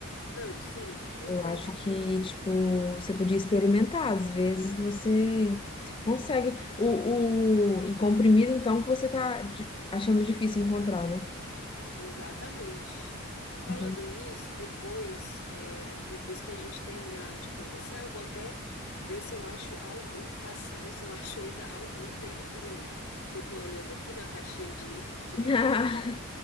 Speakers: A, on the left (about 70°); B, on the left (about 25°).
A: Não, sim, aham.
B: Eu acho que, tipo, você podia experimentar. Às vezes você
A: é.
B: consegue. O, o... Em comprimido, então, que você tá di- achando difícil encontrar, né?
A: Exatamente. Falando
B: Entendi.
A: nisso, depois, é, depois que a gente terminar de conversar, eu vou até ver se eu acho algo, caçar, ver se eu <laughs> acho ainda algum dele por ali. Que eu tô olhando aqui na caixinha de, de remédio,
B: <laughs> Ah,
A: tá?